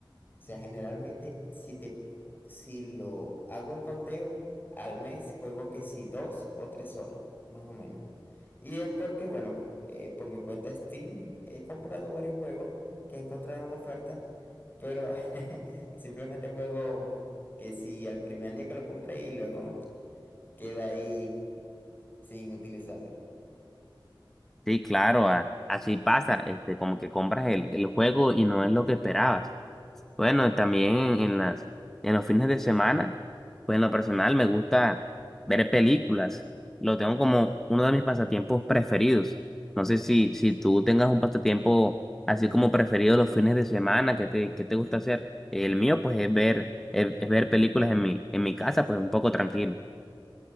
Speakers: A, on the left; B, in the centre.
A: O sea, generalmente, si te, si lo hago el conteo, al mes juego que sí dos o tres horas, más o menos. Y es porque, bueno, eh, por mi cuenta Steam he comprado varios juegos que he encontrado en oferta, pero <laughs> simplemente juego que sí al primer día que lo compré y luego queda ahí sin utilizarlo.
B: Sí, claro, a- así pasa, este, como que compras el, el juego y no es lo que esperabas. Bueno, también en las, en los fines de semana, pues en lo personal me gusta ver películas. Lo tengo como uno de mis pasatiempos preferidos. No sé si, si tú tengas un pasatiempo así como preferido los fines de semana, ¿qué te, qué te gusta hacer? El mío, pues, es ver, es, es ver películas en mi, en mi casa, pues un poco tranquilo.